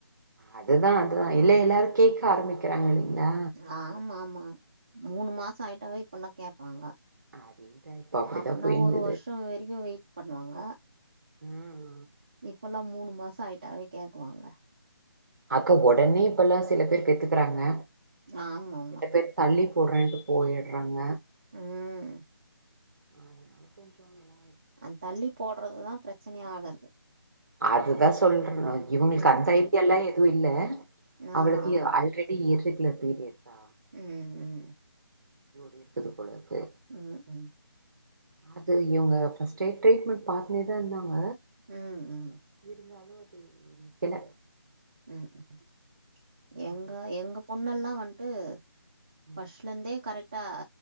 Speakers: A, on the right (about 50°); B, on the right (about 20°).
A: அதுதா அதுதா
B: ம்
A: இல்ல எல்லாரு கேட்க ஆரம்பிக் வேங்கினீங்களா
B: ஆம்மா ஆம்மா மூணு மாச ஆயிட்டாவே இப்பல்லா கேட்பாங்க
A: அதேதா இப்ப அப்டிதா
B: அப்பனா
A: போயினுக்குது
B: ஒரு வருஷ வரைக்கும் வெயிட் பண்ணுவாங்க
A: ம்
B: இப்பல்லா மூணு மாசோ ஆயிட்டாவே கேக்குவாங்க
A: அக்கா ஒடனே இப்பல்லா சில பேரு பெத்துக்குறாங்க
B: ஆமாம்மா
A: இதே தள்ளி போட்றேன்ட்டு போயிட்றாங்க
B: ம்
A: அதனால கொஞ்சோ நல்லா
B: அந்த தள்ளி போடுறது தா பிரச்சனையா ஆகுறது
A: அதுதா சொல்ற இவுங்களுக்கு
B: ம்
A: அந்த
B: ம்
A: ஐடியல்லா எதுவு இல்ல
B: ஆ
A: அவளுக்கு
B: ஆ
A: ஆல்ரெடி ப்பிடி இர்ரெகுலர் பீரியட்டா
B: ம் ம்
A: இருக்குது போலருக்கு
B: ம் ம்
A: அது இவுங்க ஃபஸ்ட்டே ரீட்மெண்ட் பாத்துனே தா இருந்தாங்க
B: ம் ம்
A: இருந்தாலு அது நிக்கல
B: ம் ம்
A: ஆ,
B: எங்க
A: அது
B: எங்க பொண்ணல்லா வந்ட்டு
A: ம்
B: ஃபர்ஸ்ட்லருந்தே கரெக்டா